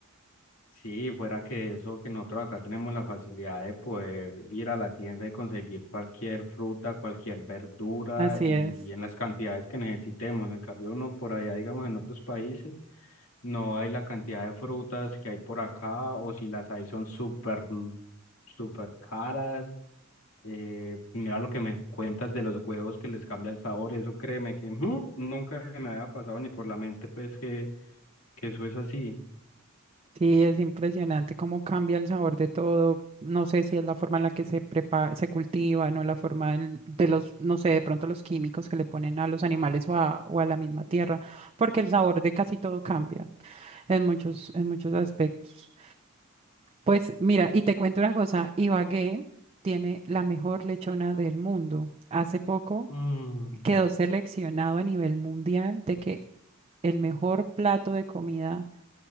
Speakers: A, on the left; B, on the right.
A: Sí, fuera que eso, que nosotros acá tenemos la facilidad de poder ir a la tienda y conseguir cualquier fruta, cualquier verdura
B: Así
A: y
B: es.
A: en las cantidades que necesitemos. En cambio, uno por allá, digamos, en otros países, no hay la cantidad de frutas que hay por acá o si las hay son súper, mm, súper caras. Eh, mira lo que me cuentas de los huevos que les cambia el sabor, eso créeme que mm, nunca se me había pasado ni por la mente, pues que, que eso es así.
B: Sí, es impresionante cómo cambia el sabor de todo. No sé si es la forma en la que se prepara, se cultiva, no la forma en- de los, no sé, de pronto los químicos que le ponen a los animales o a, o a la misma tierra, porque el sabor de casi todo cambia en muchos, en muchos aspectos. Pues mira, y te cuento una cosa, Ibagué tiene la mejor lechona del mundo. Hace poco
A: Mm.
B: quedó seleccionado a nivel mundial de que el mejor plato de comida